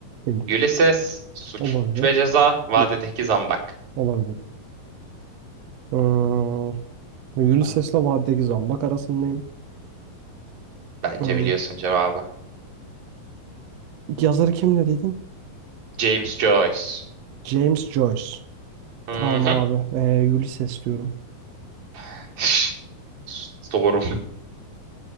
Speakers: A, on the right; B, on the right.
A: Değil.
B: Ulysses. Suç
A: Olabilir.
B: ve Ceza. Vadideki
A: Değil.
B: Zambak.
A: Olabilir. Ee, Ulysses'le
B: Ba-
A: Vadideki Zambak arasındayım.
B: Bence
A: Ee,
B: biliyorsun cevabı.
A: yazarı kim dediydin?
B: James Joyce.
A: James Joyce.
B: Hı
A: Tamam
B: hı.
A: abi. Ee, Ulysses diyorum.
B: <laughs> Doğru.